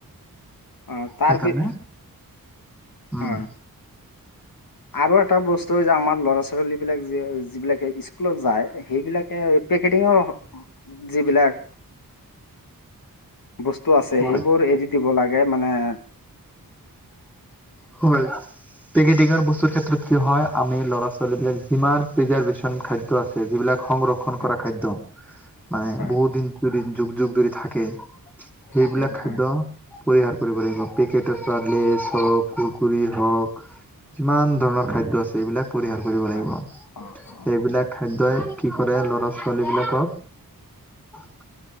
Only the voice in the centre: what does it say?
সেইকাৰণে উম।
হয়
হয়। পেকেটিঙ বস্তুৰ ক্ষেত্ৰত কি হয়, আমি ল'ৰা ছোৱালীবিলাক যিমান প্ৰিজাৰ্ভেশ্যন খাদ্য আ ছে সেইবিলাক সংৰক্ষণ
কৰা খাদ্য, মানে
বহু দিন যৰি যুগ যুগ যদি থাকে। সেইবিলাক
খাদ্য
পৰিহাৰ কৰিব লাগিব, পেকেটৰ পৰা লৈ চব কুুৰকুৰি হওক যিমান ধৰণৰ খাদ্য আছে, এইবিলাক পৰিহাৰ কৰিব লাগিব।
সেইবিলাক খাদ্যই কি কৰে, ল'ৰা ছোৱালী বিলাকক